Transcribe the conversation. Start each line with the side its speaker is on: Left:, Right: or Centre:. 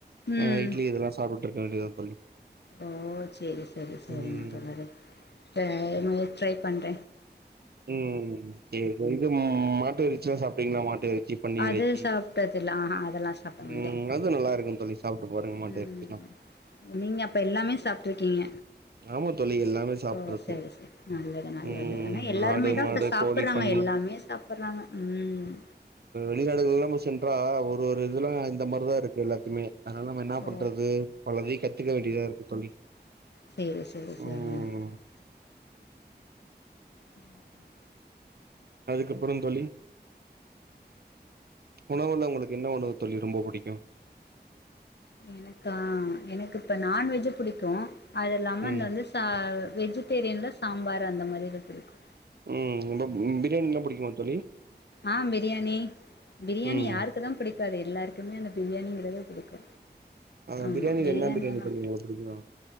Left: ம்
Right: அ இட்லி இதெல்லா சாப்ட்டுருக்க வேண்டியதுதா தோழி
Left: ஓ சேரி செரி சரிங்க
Right: ம்
Left: தோழரே இப்ப எக் ஃபரை பண்ற
Right: உம் சரி இது மாட்டேறிச்சுல்லா சாப்பிட்டீங்களா மாட்டு பன்னியெறச்சி
Left: அது சாப்ட்டதில்ல ஆஹா அதெல்லா சாப்ட மாட்டே
Right: ம் அது நல்லாருக்கு தோழி சாப்ட்டு பாருங்க மாட்டேறச்சில்லா
Left: ம் நீங்க அப்ப எல்லாமே சாப்ட்ருக்கீங்க
Right: ஆமா தோழி எல்லாமே சாப்ட்றது
Left: ஓ செரி செரி நல்லது நல்லது
Right: ம்
Left: ஆனா எல்லாருமே
Right: ஆடு
Left: தா
Right: மாடு
Left: இப்ப சாப்பட்றாங்க
Right: கோழி பன்னி
Left: எல்லாமே சாப்பட்றாங்க உம்
Right: வெளிநாடுகள்ல்லா நம்ம சென்றா ஒரு ஒரு இதெல்லா இந்த மாரிதாருக்கு எல்லாத்துமே அதனால நம்ம என்னா
Left: ஓ
Right: பண்றது பலதையு கத்துக்க வேண்டியதாருக்கு தோழி
Left: சேரி சேரி சரிங்க
Right: ம்
Left: தோழரே உஹு ம்
Right: அதுக்கப்புறோ தோழி உணவுல உங்களுக்கு என்ன உணவு தோழி ரொம்ப புடிக்கு
Left: எனக்கா எனக்கு இப்ப நான்வெஜ்ஜே புடிக்கு அது இல்லாம
Right: ம்
Left: நா வந்து ச வெஜிடேரியன்ல சாம்பார் அந்த மாரிது பிடிக்கு
Right: ம் இப்ப பிரியாணில்லா பிடிக்குமா தோழி
Left: ஆ பிரியாணி பிரியாணி
Right: ம்
Left: யாருக்கு தா பிடிக் ப அது எல்லாருக்குமே அந்த பிரியாணிங்கறது பிடிக்கு
Right: ஆ
Left: ஆமா
Right: பிரியாணில
Left: பிரியாணியெல்லா
Right: என்ன பிரியாணி தோழி உங்களுக்கு புடிக்கு